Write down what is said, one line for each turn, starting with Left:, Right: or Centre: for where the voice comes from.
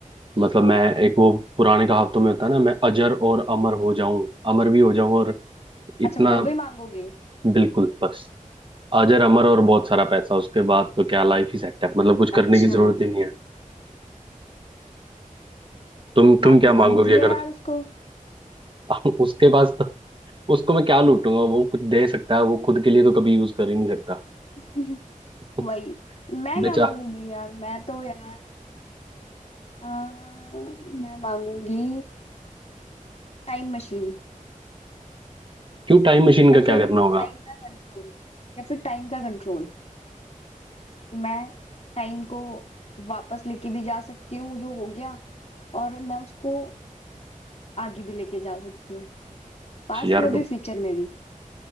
Right: मतलब मैं एक वो पुराने कहावतों में होता है ना मैं अजर और अमर हो जाऊं अमर भी हो जाऊं और
Left: अच्छा
Right: इतना
Left: वो भी मांगोगे
Right: बिल्कुल बस अजर अमर और बहुत सारा पैसा उसके बाद तो क्या लाइफ ही सेट है मतलब कुछ
Left: अच्छा
Right: करने की जरूरत ही नहीं है तुम तुम
Left: आपने
Right: क्या मांगोगे
Left: लूट लिया
Right: अगर
Left: यार उसको
Right: <laughs> उसके पास तो उसको मैं क्या लूटूंगा वो कुछ दे सकता है वो खुद के लिए तो कभी यूज कर ही नहीं सकता
Left: <laughs>
Right: <laughs>
Left: वही मैं
Right: बेचा
Left: क्या मांगूंगी यार मैं तो यार आ, मैं मांगूंगी टाइम मशीन
Right: क्यों टाइम मशीन
Left: या
Right: का
Left: फिर
Right: क्या करना होगा
Left: टाइम का कंट्रोल या फिर टाइम का कंट्रोल कि मैं टाइम को वापस लेके भी जा सकती हूँ जो हो गया और मैं उसको आगे भी लेके जा सकती हूँ पास्ट
Right: यार
Left: में भी फ्यूचर में भी